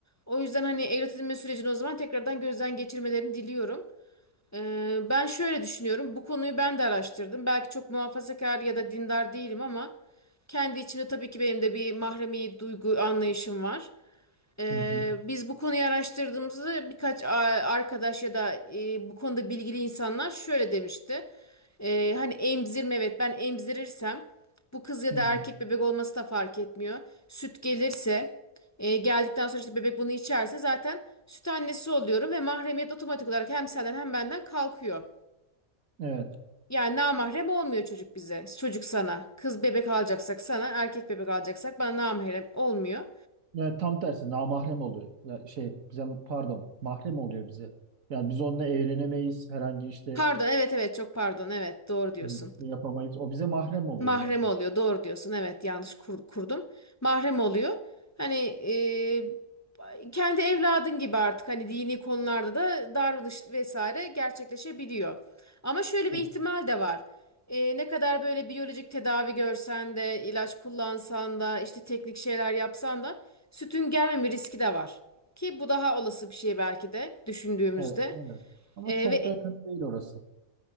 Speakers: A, on the left; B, on the right.
A: O yüzden hani evlat edinme sürecini o zaman tekrardan gözden geçirmelerini diliyorum. Ee, ben şöyle düşünüyorum. Bu konuyu ben de araştırdım. Belki çok muhafazakar ya da dindar değilim ama kendi içimde tabii ki benim de bir mahremi duygu anlayışım var. Ee,
B: hı.
A: biz bu konuyu araştırdığımızda birkaç a- arkadaş ya da e, bu konuda bilgili insanlar şöyle demişti. Ee, hani emzirme evet ben emzirirsem bu kız ya
B: Hı
A: da
B: hı.
A: erkek bebek olması da fark etmiyor. Süt gelirse e, geldikten sonra işte bebek bunu içerse zaten süt annesi oluyorum ve mahremiyet otomatik olarak hem senden hem benden kalkıyor.
B: Evet.
A: Yani namahrem olmuyor çocuk bize. Çocuk sana. Kız bebek alacaksak sana, erkek bebek alacaksak bana namahrem olmuyor.
B: Ya tam tersi namahrem oluyor. Ya şey bize pardon mahrem oluyor bize. Yani biz onunla evlenemeyiz. Herhangi işte
A: Pardon, evet evet çok pardon. Evet, doğru diyorsun.
B: hani şey yapamayız. O bize mahrem oluyor
A: Mahrem
B: yani.
A: oluyor. Doğru diyorsun. Evet yanlış kur- kurdum. Mahrem oluyor. Hani e, kendi evladın gibi artık hani dini konularda da davranış vesaire gerçekleşebiliyor. Ama şöyle
B: Evet,
A: bir ihtimal de var. E, ne kadar böyle biyolojik tedavi görsen de, ilaç kullansan da, işte teknik şeyler yapsan da sütün gelmeme riski de var. Ki bu daha olası bir şey belki de düşündüğümüzde.
B: evet. evet. Ama
A: E,
B: çok
A: ve
B: da önemli değil orası.